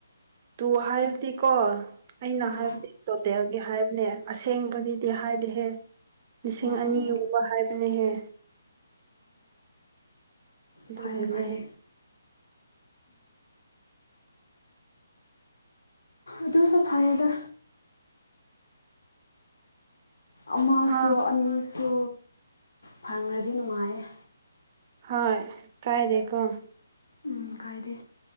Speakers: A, on the right (about 35°); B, on the left (about 70°).
A: ꯇꯨ ꯍꯥꯏꯕꯗꯤꯀꯣ ꯑꯩꯅ
B: ꯑꯥ
A: ꯍꯥꯏꯕꯗꯤ ꯇꯣꯇꯦꯜꯒꯤ ꯍꯥꯏꯕꯅꯦ ꯑꯁꯦꯡꯕꯗꯤꯗꯤ ꯍꯥꯏꯗꯤꯍꯦ ꯂꯤꯁꯤꯡ
B: ꯑꯣ
A: ꯑꯅꯤ
B: ꯑꯣ
A: ꯍꯥꯏꯕꯅꯦꯍꯦ ꯑꯗꯨꯒꯤꯅꯦꯍꯦ
B: ꯐꯔꯦ ꯐꯔꯦ ꯑꯗꯨꯁꯨ ꯐꯌꯦꯗ ꯑꯃꯁꯨ
A: ꯑꯥ
B: ꯑꯅꯤꯁꯨ ꯐꯪꯔꯗꯤ ꯅꯨꯡꯉꯥꯏꯌꯦ
A: ꯍꯣꯏ ꯀꯥꯏ ꯂꯩꯀꯣ
B: ꯎꯝ ꯀꯥꯏꯗꯦ